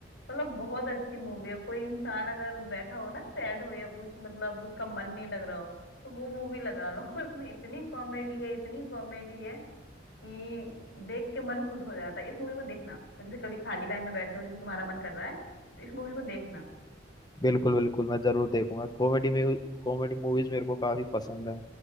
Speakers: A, on the left; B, on the left.
A: मतलब बहुत अच्छी मूवी है कोई इंसान अगर बैठा हो ना सैड हो या कुछ मतलब उसका मन नहीं लग रहा हो तो वो मूवी लगा लो <laughs> उसमें इतनी कॉमेडी है इतनी कॉमेडी है कि देख के मन खुश हो जाता है इस मूवी को देखना जैसे कभी खाली टाइम में बैठे हो जैसे तुम्हारा मन कर रहा है तो इस मूवी को देखना
B: बिल्कुल बिल्कुल मैं जरूर देखूंगा कॉमेडी में कॉमेडी मूवीज मेरे को काफी पसंद है